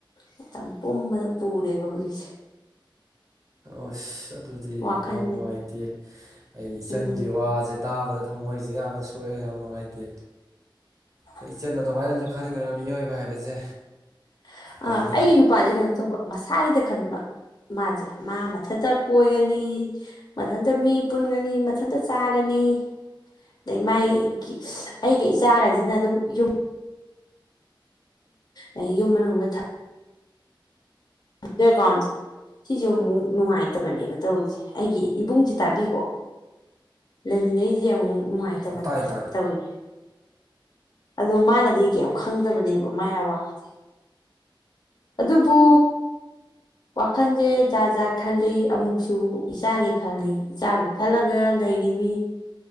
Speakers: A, on the left; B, on the right.
A: ꯃꯇꯝꯄꯨꯝꯕꯗ ꯄꯨꯔꯦꯕ ꯍꯧꯁꯦ
B: ꯑꯁ ꯑꯗꯨꯗꯤ
A: ꯋꯥꯈꯜꯁꯦ
B: ꯌꯥꯝ ꯅꯨꯡꯉꯥꯏꯇꯦ ꯑꯩ ꯏꯆꯟꯒꯤ
A: ꯑꯥ
B: ꯋꯥꯁꯦ ꯇꯥꯕꯗ ꯊꯃꯣꯏꯁꯦ ꯌꯥꯝꯅ ꯁꯣꯛꯑꯦ ꯌꯥꯝ ꯅꯨꯡꯉꯥꯏꯇꯦ
A: <unintelligible>
B: ꯍꯣꯏ ꯏꯆꯟ ꯑꯗꯨꯃꯥꯏꯅꯁꯨ ꯈꯟꯒꯅꯨ ꯃꯤꯑꯣꯏꯕ ꯍꯥꯏꯕꯁꯦ ꯀꯩꯅꯤ
A: ꯑ ꯑꯩꯒꯤ ꯅꯨꯄꯥꯁꯦ ꯀꯩꯅꯣ ꯇꯧꯕ ꯃꯁꯥꯒꯤꯗ ꯈꯟꯕ ꯃꯥꯁꯦ ꯃꯥ ꯃꯊꯟꯇ ꯀꯣꯏꯒꯅꯤ ꯃꯊꯟꯇ ꯃꯤ ꯄꯨꯟꯒꯅꯤ ꯃꯊꯟꯇ ꯆꯥꯒꯅꯤ ꯑꯗꯩ ꯃꯥꯥꯏꯒꯤ ꯑꯩꯒꯤ ꯏꯆꯥꯒꯁꯤꯅ ꯑꯗꯨꯝ ꯌꯨꯝ ꯑꯩ ꯌꯨꯝ ꯃꯅꯨꯡꯗ ꯊꯝ ꯗꯦꯀꯣꯟꯁ ꯁꯤꯁꯨ ꯑꯃꯨꯛ ꯅꯨꯡꯉꯥꯏꯇꯕꯅꯦꯕ ꯇꯧꯔꯤꯁꯦ ꯑꯩꯒꯤ ꯏꯕꯨꯡꯁꯦ ꯇꯥꯕꯤꯀꯣ ꯂꯩꯃꯤꯟꯅꯩꯁꯦ ꯑꯃꯨꯛ ꯅꯨꯡꯉꯥꯏꯇꯕꯅꯦ
B: ꯇꯥꯏ ꯇꯥꯏ
A: ꯇꯧꯏꯁꯦ ꯑꯗꯣ ꯃꯥꯅꯗꯤ ꯀꯩꯝ ꯈꯪꯗꯕꯅꯦꯕ ꯃꯥꯥꯏ ꯑꯋꯥꯕꯁꯦ ꯑꯗꯨꯕꯨ ꯋꯥꯈꯜꯁꯦ ꯖꯥꯠ ꯖꯥꯠ ꯈꯜꯂꯤ ꯑꯃꯨꯛꯁꯨ ꯏꯆꯥꯒꯤ ꯈꯜꯂꯤ ꯏꯆꯥꯒꯤ ꯈꯜꯂꯒ ꯂꯩꯔꯤꯃꯤ